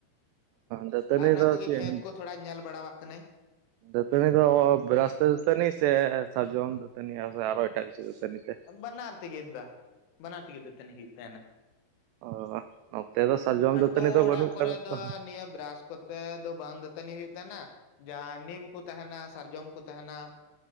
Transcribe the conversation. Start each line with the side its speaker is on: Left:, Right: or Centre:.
Right: ᱫᱟᱹᱛᱟᱹᱱᱤ
Left: ᱟᱨ ᱚᱱᱟ
Right: ᱫᱚ
Left: ᱠᱚᱜᱮ
Right: ᱪᱮᱫ
Left: ᱠᱷᱮᱛ ᱠᱚ ᱾ ᱛᱷᱚᱲᱟ ᱧᱮᱞ ᱵᱟᱲᱟᱣᱟᱜ ᱠᱟᱱᱟᱹᱧ ᱾
Right: ᱫᱟᱹᱛᱟᱹᱱᱤ ᱫᱚ ᱵᱨᱟᱥ ᱛᱮ ᱫᱟᱹᱛᱟᱹᱱᱤ ᱥᱮ ᱥᱟᱨᱡᱚᱢ ᱫᱟᱹᱛᱟᱹᱱᱤ ᱥᱮ ᱟᱨᱦᱚ ᱮᱴᱟᱜ ᱠᱤᱪᱷᱩ ᱫᱟᱹᱛᱟᱹᱱᱤ ᱛᱮ ᱾
Left: ᱵᱟᱱᱟᱨ ᱛᱮᱜᱮᱫ ᱫᱟ ᱵᱟᱱᱟᱨ ᱛᱮᱜᱮ ᱫᱟᱹᱛᱟᱹᱱᱤ ᱦᱩᱭᱩᱜ ᱛᱟᱦᱮᱱᱟ ᱾
Right: ᱚ ᱱᱚᱛᱮ ᱫᱚ ᱥᱟᱨᱡᱚᱢ
Left: ᱟᱛᱳ
Right: ᱫᱟᱹᱛᱟᱹᱱᱤ ᱫᱚ
Left: ᱚᱲᱟᱜ
Right: ᱵᱟᱹᱱᱩᱜ ᱟᱠᱟᱫᱟ
Left: ᱠᱚᱨᱮ ᱫᱚ
Right: ᱛᱚ
Left: ᱱᱤᱭᱟᱹ ᱵᱨᱟᱥ ᱠᱚᱛᱮ ᱫᱚ ᱵᱟᱝ ᱫᱟᱹᱛᱟᱹᱱᱤ ᱦᱩᱭᱩᱜ ᱛᱟᱦᱮᱱᱟ ᱡᱟ ᱱᱤᱢ ᱠᱩ ᱛᱟᱦᱮᱱᱟ ᱥᱟᱨᱡᱚᱢ ᱠᱚ ᱛᱟᱦᱮᱱᱟ ᱾